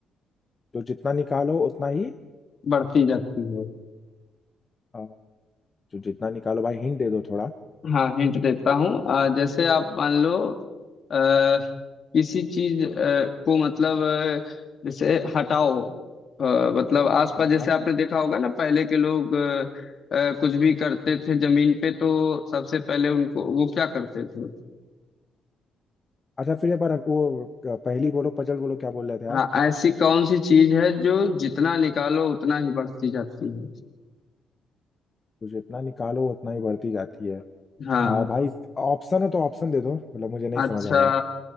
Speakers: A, on the left; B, on the left.
A: तो जितना निकालो उतना ही
B: बढ़ती जाती है
A: अ, जो जितना निकालो भाई हिंट दे दो थोड़ा
B: हाँ हिंट देता हूँ अ, जैसे आप मान लो अ, किसी चीज अ, को मतलब अ, जैसे हटाओ अ, मतलब आसपास
A: हाँ
B: जैसे
A: हाँ।
B: आपने देखा होगा ना पहले के लोग अ, अ, कुछ भी करते थे जमीन पे तो सबसे पहले उनको वो क्या करते थे
A: अच्छा फिर एक बार वो पहली बोलो पजल बोलो क्या बोल रहे थे
B: हाँ
A: आप
B: ऐसी कौन सी चीज है जो जितना निकालो उतना ही बढ़ती जाती है
A: तो जितना निकालो उतना ही बढ़ती जाती है
B: हाँ
A: आ, भाई ऑप्शन हो तो ऑप्शन दे दो मतलब मुझे नहीं
B: अच्छा
A: समझ आ रहा